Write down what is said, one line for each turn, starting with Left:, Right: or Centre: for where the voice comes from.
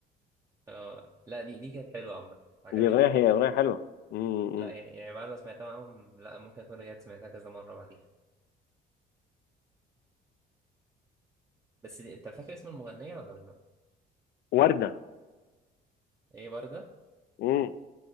Right: آه لا دي دي كانت حلوة عامة عجبتني
Left: دي اغنيه هي
Right: يعني.
Left: اغنيه حلوه مم،
Right: لا
Left: مم.
Right: يعني يعني بعد ما سمعتها معاهم لا ممكن أكون رجعت سمعتها كذا مرة بعديها بس دي أنت فاكر اسم المغنية ولا لا؟
Left: ورده
Right: هي وردة
Left: مم.